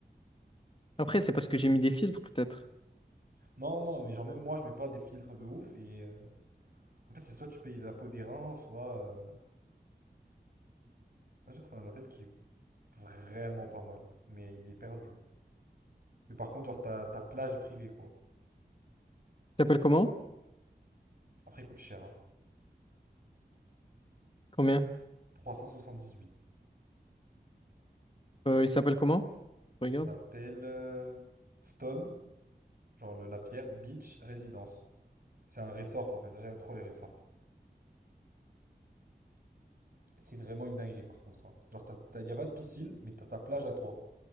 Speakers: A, on the left; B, on the right.
A: Après, c'est parce que j'ai mis des filtres, peut-être.
B: Non, non, mais genre même moi, je mets pas des filtres de ouf et euh, En fait, c'est soit tu payes la peau des reins, soit. euh, Là, j'ai trouvé un hôtel qui est vraiment pas mal, mais il est perdu. Mais par contre, genre, ta ta plage privée, quoi.
A: Il s'appelle comment?
B: Après, il coûte cher, hein.
A: Combien?
B: huit
A: Euh, il s'appelle comment? Regarde.
B: Il s'appelle euh, Stone, genre le- la pierre, Beach Residence. C'est un resort, en fait. J'aime trop les resorts. C'est vraiment une dinguerie, par contre. hein. Genre, t'as- t'as- y a pas de piscine, mais t'as ta plage à toi,